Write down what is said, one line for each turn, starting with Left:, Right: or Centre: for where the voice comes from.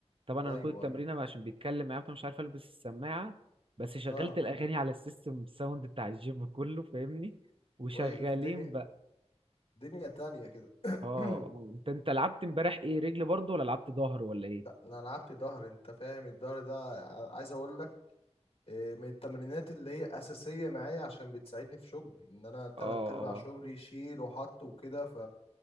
Right: طبعا انا
Left: ايوه
Right: كل التمرين
Left: ايوه
Right: أنا عشان بيتكلم معايا فمش عارف البس السماعه بس شغلت
Left: اه
Right: الاغاني على السيستم الساوند بتاع الجيم كله فاهمني وشغالين
Left: وي... في دنيا
Right: بقى
Left: دنيا تانية كده <clears throat>
Right: اه آه. انت انت لعبت امبارح ايه رجل برضو ولا لعبت ظهر ولا ايه
Left: لا، انا لعبت ظهر انت فاهم الظهر ده ع- عايز اقول لك إيه، من التمرينات اللي هي اساسيه معايا عشان بتساعدني في شغلي ان انا تلات
Right: اه
Left: ارباع
Right: اه
Left: شغلي شيل وحط وكده ف